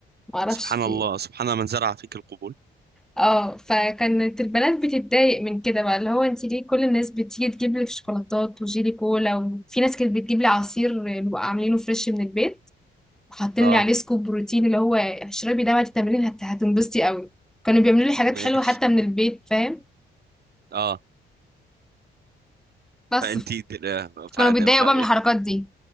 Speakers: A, in the centre; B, on the right.
A: ما اعرفش
B: سبحان
A: في
B: الله
A: ايه
B: سبحان من زرع فيك القبول
A: اه فكانت البنات بتتضايق من كده بقى اللي هو انت ليه كل الناس بتيجي تجيب لي شوكولاتات وجيلي كولا وفي ناس كانت بتجيب لي عصير بيبقى عاملينه فريش من البيت وحاطين
B: اه
A: لي عليه سكوب بروتين اللي هو اشربي ده بعد التمرين هت- هتنبسطي قوي كانوا بيعملوا لي حاجات
B: ماشي
A: حلوه حتى من البيت فاهم
B: اه
A: بس
B: فانتي فاده
A: كانوا بيتضايقوا
B: فايه
A: بقى من الحركات دي